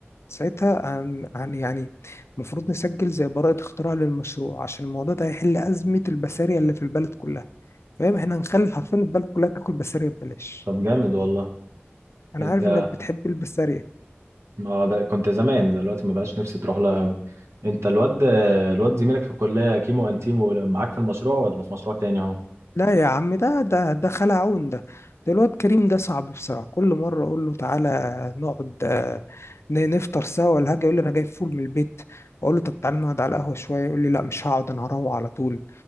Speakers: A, on the left; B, on the right.
A: ساعتها هن هن يعني المفروض نسجل زي براءة اختراع للمشروع عشان الموضوع ده هيحل أزمة البسارية اللي في البلد كلها فاهم احنا هنخلي حرفيا البلد كلها تاكل بسارية ببلاش
B: طب جامد والله
A: أنا
B: انت
A: عارف إنك بتحب البسارية
B: ما ب... كنت زمان دلوقتي ما بقاش نفسي تروح لها قوي انت الواد الواد زميلك في الكليه كيمو انتيمو معاك في المشروع ولا في مشروع تاني اهو
A: لا يا عم ده ده ده خلعون ده ده الواد كريم ده صعب بصراحة كل مرة أقول له تعالى نقعد آه، ن- نفطر سوا ولا حاجة يقول لي أنا جايب فول من البيت أقول له طب تعالى نقعد على القهوة شوية يقول لي لا مش هقعد أنا هروح على طول